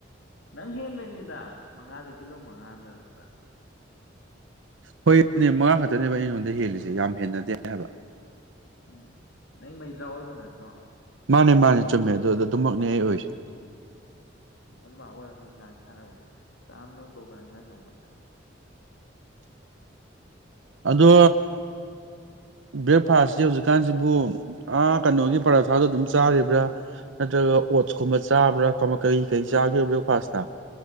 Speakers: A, on the left; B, on the right.
A: ꯅꯪ ꯍꯦꯟꯂꯣꯏꯅꯤꯗ ꯃꯉꯥꯗ ꯀꯤꯂꯣ ꯃꯉꯥꯗꯗ
B: ꯍꯣꯏꯅꯦ ꯃꯉꯥ ꯈꯛꯇꯅꯦꯕ ꯑꯩ ꯅꯪꯉꯣꯟꯗ ꯍꯦꯜꯂꯤꯁꯦ ꯌꯥꯝ ꯍꯦꯟꯅꯗꯦ ꯍꯥꯏꯕ
A: ꯎꯝ ꯅ ꯃꯩꯗ꯭ꯔꯥ ꯑꯣꯏꯣꯏꯕꯅꯗꯤ <unintelligible>
B: ꯃꯥꯅꯦ ꯃꯥꯅꯦ ꯆꯨꯝꯃꯦ ꯑꯗꯨꯗ ꯑꯗꯨꯝꯃꯛꯅꯦ ꯑꯩ ꯑꯣꯏꯁꯦ
A: ꯑꯗꯨꯃꯥꯏ ꯑꯣꯏꯔꯝꯃꯤ ꯉꯥꯡ ꯁꯥꯟꯅꯕ ꯆꯥ ꯑꯃ ꯌꯧꯗꯧꯕ ꯅꯪꯅꯁꯦ ꯑꯩꯉꯣꯟꯗ
B: ꯑꯗꯣ ꯕ꯭ꯔꯦꯛꯐꯥꯁꯇꯤ ꯍꯧꯖꯤꯛꯀꯥꯟꯁꯤꯕꯨ ꯀꯩꯅꯣꯒꯤ ꯄꯔꯥꯊꯥꯗꯣ ꯑꯗꯨꯝ ꯆꯥꯔꯤꯕ꯭ꯔꯥ ꯅꯠꯇ꯭ꯔꯒ ꯑꯣꯠꯁꯀꯨꯝꯕ ꯆꯥꯕ꯭ꯔꯥ ꯀꯩ ꯀꯩ ꯆꯥꯒ ꯕ꯭ꯔꯦꯛꯐꯥꯁꯇ